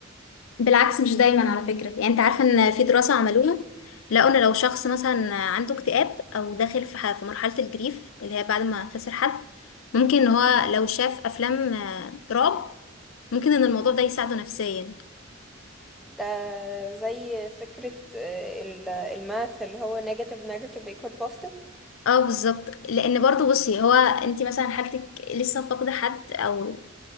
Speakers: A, on the left; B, in the centre.
A: بالعكس مش دايما على فكرة يعني انت عارفة ان في دراسة عملوها لقوا ان لو شخص مثلا عنده اكتئاب او داخل في ح- في مرحلة الجريف اللي هي بعد ما خسر حد ممكن ان هو
B: مم.
A: لو شاف افلام آه، رعب ممكن ان الموضوع ده يساعده نفسيا
B: ده زي فكرة آه، ال- الماث اللي هو negative negative equal positive
A: اه بالظبط لان برضو بصي هو انت مثلا حالتك لسه فاقدة حد او